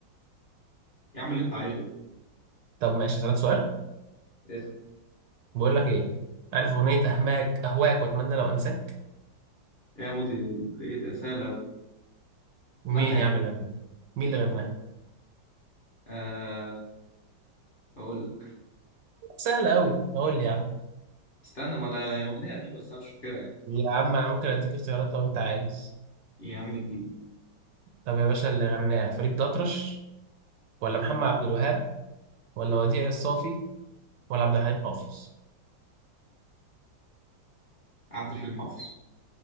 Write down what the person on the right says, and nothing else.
طب ماشي اسالك سؤال
بقول لك ايه عارف اغنيه اهماك اهواك واتمنى لو انساك
مين
يا عم اللي غناها مين اللي غناها
سهله قوي قول لي يا عم
يا عم انا ممكن اديك اختيارات لو انت عايز
طب يا باشا اللي غناها فريد الأطرش ولا محمد عبد الوهاب ولا وديع الصافي ولا عبد الحليم حافظ